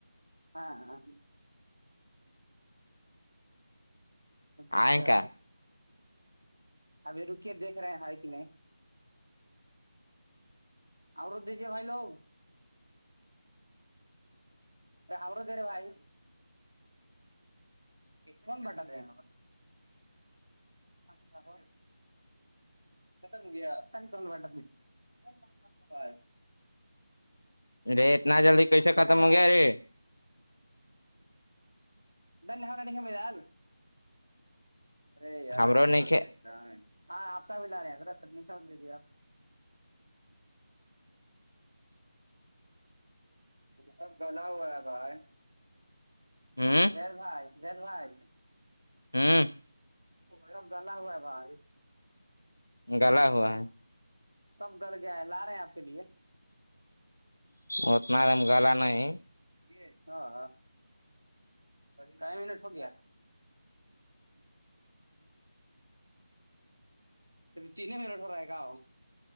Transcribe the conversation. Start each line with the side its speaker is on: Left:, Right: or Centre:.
Right: ہاں ہاں اچھا
Left: آئیں کا
Right: ابھی رکے دیکھ رہے ہے کہ نہیں اورور دی ج ب لوگ ہم دیرے بھائی کون بٹاات ہے اچھا ختم گیا فنا کو ب بائے
Left: اے اتنا جلدی کیسے
Right: کہنا
Left: ختم
Right: کے
Left: ہو
Right: ہے
Left: گیا رے
Right: دھنیہ واد مال ارے یار
Left: ہمرو
Right: کہاں
Left: نہیں کھ
Right: سے ہاں آپ کا بھی لا رہے ہیںرا ت نہیں سمجھ لیجیے آپ سب گلا ہوا ہے بھائی
Left: ہوں
Right: جل بھائی جل بھائی
Left: ہوں
Right: سب گلا ہوا ہے بھائی
Left: گلا ہوا ہے
Right: سب گل گئے لا رہے ہیں آپ کے لیے
Left: اتنا دم گلا نہیں
Right: یہ ہاں کا منٹ ہو گیا توب تینیں منٹ ہو رہا ہے گا